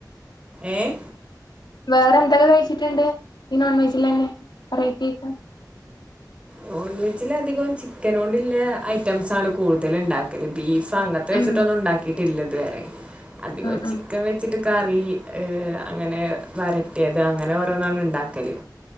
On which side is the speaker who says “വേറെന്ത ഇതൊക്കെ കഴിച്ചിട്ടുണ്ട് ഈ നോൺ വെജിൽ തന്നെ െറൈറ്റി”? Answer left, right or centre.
Left